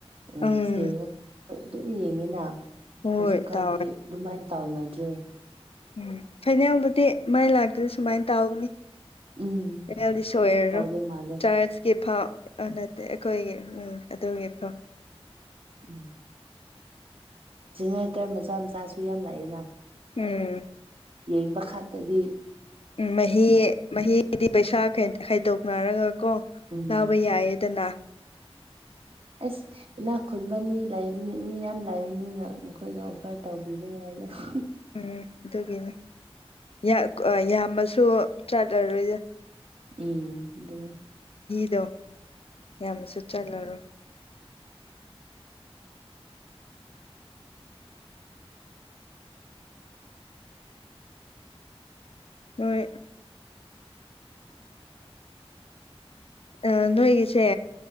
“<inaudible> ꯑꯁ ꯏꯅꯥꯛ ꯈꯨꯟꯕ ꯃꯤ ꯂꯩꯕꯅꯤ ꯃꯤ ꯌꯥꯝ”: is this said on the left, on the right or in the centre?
Right